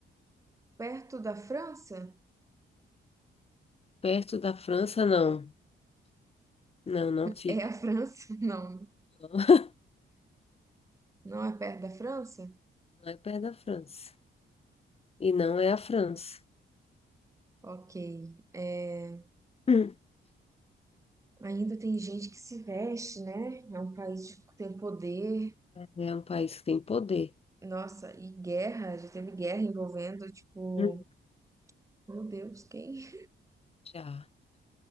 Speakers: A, on the right; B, on the left.
A: Perto da França?
B: perto da França, não. Não, não fica.
A: É a França? <laughs> Não,
B: Não, <laughs>
A: não é perto da França?
B: Não é perto da França. E não é a França.
A: Ok. É,
B: Hum.
A: ainda tem gente que se veste, né? É um país tipo, que tem poder.
B: É um país que tem poder.
A: Nossa, e guerra, já teve guerra envolvendo, tipo,
B: Hum,
A: meu Deus, quem?
B: Já.